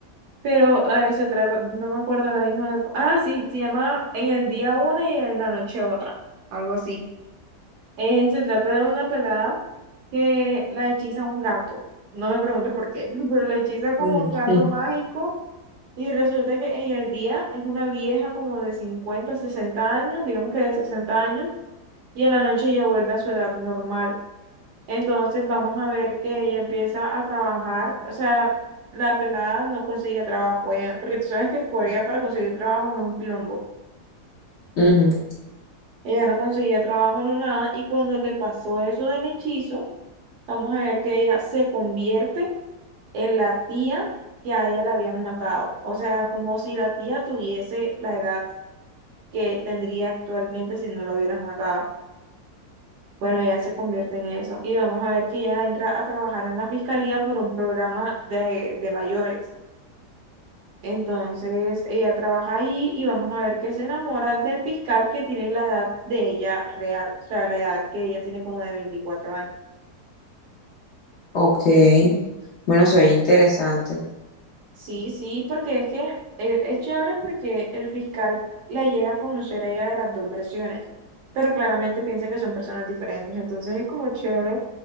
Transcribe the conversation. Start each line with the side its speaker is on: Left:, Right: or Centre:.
Right: pero a ver, se trata, no me acuerdo ahora mismo de... cu- Ah, sí, se llama En el día una y en la noche otra, algo así. Eh, se trata de una pelada que la hechiza un gato. No me pregunto por qué, <laughs> pero la hechiza como
Left: Ujú.
Right: un gato mágico y resulta que en el día es una vieja como de 50 60 años, digamos que de 60 años, y en la noche ella vuelve a su edad normal. Entonces vamos a ver que ella empieza a trabajar, o sea, la pelada no conseguía trabajo, ella- porque tú sabes que en Corea para conseguir trabajo es un quilombo.
Left: Ujú. <laughs>
Right: Ella no conseguía trabajo, no nada, y cuando le pasó eso del hechizo, Vamos a ver que ella se convierte en la tía que a ella la habían matado. O sea, como si la tía tuviese la edad que tendría actualmente si no la hubieran matado. Bueno, ella se convierte en eso. Y vamos a ver que ella entra a trabajar en la fiscalía por un programa de, de mayores. Entonces, ella trabaja ahí y vamos a ver que se enamora del fiscal que tiene la edad de ella real, o sea, la edad que ella tiene como de 24 años.
Left: Ok, bueno, soy interesante.
Right: Sí, sí, porque es que eh, es chévere porque el fiscal la llega a conocer a ella de las dos versiones, pero claramente piensa que son personas diferentes, entonces es como chévere